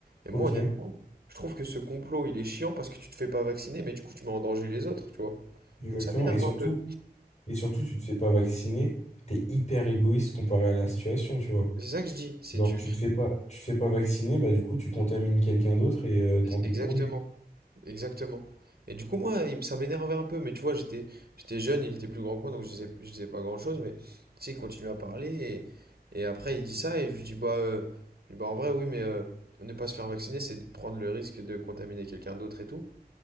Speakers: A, on the right; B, on the left.
A: Et
B: ok,
A: moi, honnêtement, je trouve que ce complot, il est chiant parce que tu te fais pas vacciner, mais du coup, tu mets en danger les autres, tu vois.
B: exactement.
A: Donc ça m'énerve
B: Et surtout,
A: un peu.
B: et surtout, tu te fais pas vacciner, t'es hyper égoïste comparé à la situation, tu vois.
A: C'est ça que je dis. C'est
B: Genre,
A: tu,
B: tu te fais pas, tu te fais pas vacciner, bah du coup, tu contamines quelqu'un d'autre et euh, tant pis
A: Exactement,
B: pour lui.
A: exactement. Et du coup, moi, il ça m'énervait un peu, mais tu vois, j'étais, j'étais jeune, il était plus grand que moi, donc je disais, je disais pas grand-chose, mais tu sais, il continue à parler, et, et après, il dit ça, et je lui dis, bah, euh, je dis, bah en vrai, oui, mais euh, ne pas se faire vacciner, c'est de prendre le risque de contaminer quelqu'un d'autre et tout.